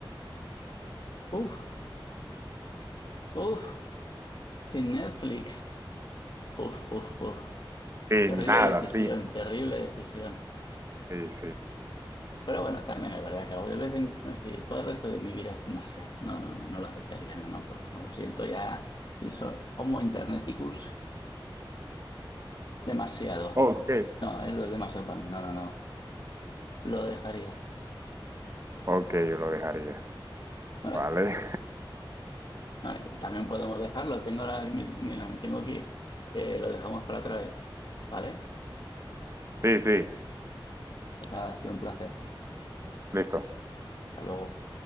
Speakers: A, on the left (about 55°); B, on the right (about 35°).
A: Uf, uf, sin Netflix. Uf, uf, uf.
B: Sí,
A: Terrible
B: nada,
A: decisión,
B: sí,
A: terrible decisión.
B: sí, sí.
A: Pero bueno, también es verdad que de vez en cuando, sí, todo el resto de mi vida es demasiado. No, no, no, no lo aceptaría, no, no puedo, no lo siento ya. Eso, Homo interneticus, demasiado.
B: Ok,
A: No, eso es demasiado para mí, no, no, no, lo dejaría.
B: ok, yo lo dejaría,
A: Bueno,
B: ¿vale? <laughs>
A: Ah, y también podemos dejarlo, tengo ahora, mi- mira, me tengo que ir. Eh, lo dejamos para otra vez, ¿vale?
B: Sí, sí,
A: O sea, ha sido un placer.
B: listo.
A: Hasta luego.